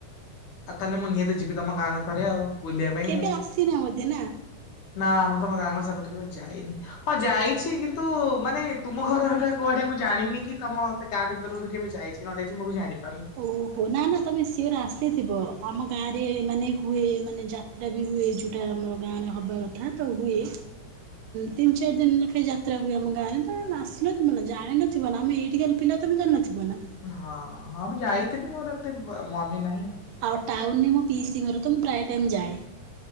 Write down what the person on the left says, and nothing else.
ଆଉ ତାହେଲେ ମୁଁ ନିହାତି ଯିବି ତମ ଗାଁଙ୍କ ଥରେ ଆଉ ବୁଲିବା ପାଇଁ
ଆଉ,
ନା ମୁ ତମ ଗାଁ ଗ ସେପଟେ କେବେ ଯାଇନି, ହଁ ଯାଇଛି। କିନ୍ତୁ ମାନେ ତୁମ ଘର ସେଟା କୁଆଡେ ମୁଁ ଜାଣିନି କି ତମ ସେ ଗାଁ ଭିତରୁ କେବେ, ଯାଇଛି ନ ଯାଇଛି ମୁଁ ବି ଜାଣିି-
ହଁ ହଁ ମୁଁ ଯାଇ ଥିବି। ମୋର ଏତେ ମନେ ନାହିଁ ଆଉ